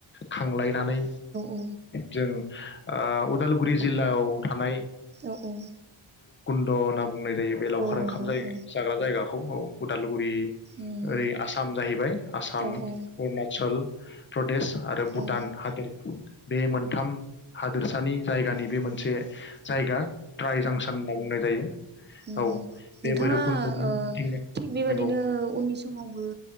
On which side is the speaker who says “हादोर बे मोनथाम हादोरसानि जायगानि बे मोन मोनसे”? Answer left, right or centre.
Left